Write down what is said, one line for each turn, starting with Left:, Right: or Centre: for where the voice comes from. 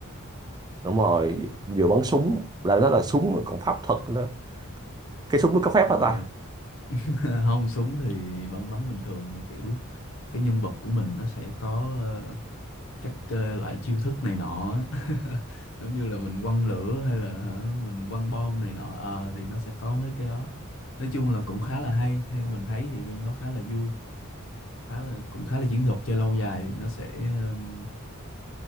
Right: Đúng rồi, vừa bắn súng là nó là súng mà còn pháp thuật nữa. Cái súng nó có phép
Left: rồi
Right: hả ta?
Left: <laughs> không súng thì vẫn bắn bình thường mà kiểu cái nhân vật của mình nó sẽ có ờ, các ờ, loại chiêu thức này nọ á. <laughs> giống như là mình quăng lửa hay là hả, mình quăng bom này nọ Ờ, thì nó sẽ có mấy cái đó nói chung là cũng khá là hay theo mình thấy thì game nó khá là vui khá là cũng khá là chiến thuật chơi lâu dài thì nó sẽ ừm,